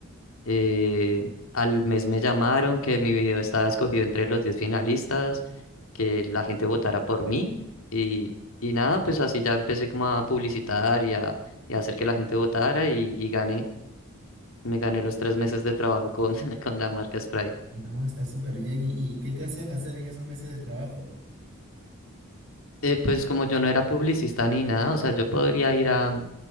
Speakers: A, on the left; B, on the right.
A: eh, al mes me llamaron que mi video estaba escogido entre los 10 finalistas, que la gente votara por mí. Y, y nada, pues así ya empecé como a publicitar y a, y a hacer que la gente votara y, y gané. Me gané los tres meses de trabajo con, <laughs> con la marca Sprite.
B: No, está súper bien. ¿Y, y qué te hacían hacer en esos meses de trabajo?
A: Eh, pues como yo no era publicista ni nada, o sea, yo podría ir a mm,